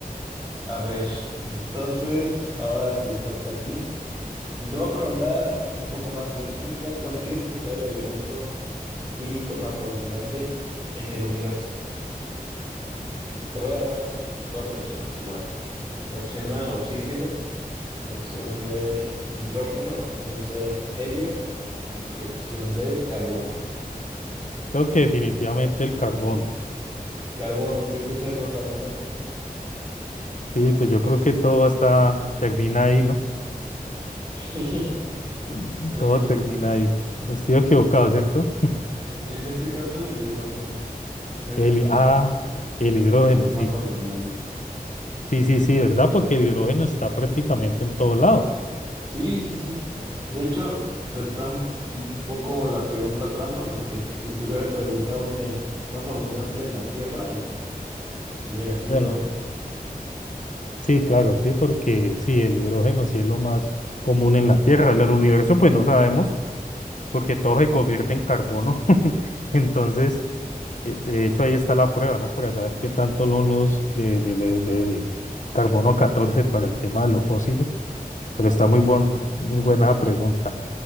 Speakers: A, on the right; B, on the left.
A: a ver, entonces ahora te toca a ti. Y te voy a preguntar un poco más de química. ¿Cuál crees que sea el elemento químico más abundante en el universo? Te voy a dar cuatro opciones igual. Opción A, oxígeno. Opción B, hidrógeno. Opción C, helio. Y opción B, carbono.
B: Creo que definitivamente el carbono.
A: Carbono, ¿crees que sea el más abundante?
B: Sí, pues yo creo que todo está, termina ahí, ¿no?
A: <laughs>
B: Mm,
A: Eh,
B: Todo termina ahí. Estoy equivocado, ¿cierto?
A: en, en este caso, en el hidrógeno. Se- en-
B: El, ah, el hidrógeno,
A: es el más
B: sí.
A: abundante.
B: Sí, sí, sí, ¿verdad? Porque el hidrógeno está prácticamente en todo lado.
A: Sí, sí, sí. De hecho, está un, un poco la pregunta trampa, porque si te hubiera preguntado en el más abundante en la Tierra, ahí sí. Hubiera sido,
B: Bueno, sí, claro, sí, porque sí, el hidrógeno sí es lo más común en la Tierra. En el universo, pues no sabemos, porque todo se convierte en carbono. <laughs> Entonces, eh, de hecho, ahí está la prueba, ¿no? Para saber qué tanto son los de, de, de- de carbono 14 para el tema de los fósiles. Pero
A: ándale,
B: está muy, buen-
A: sí.
B: muy buena la pregunta.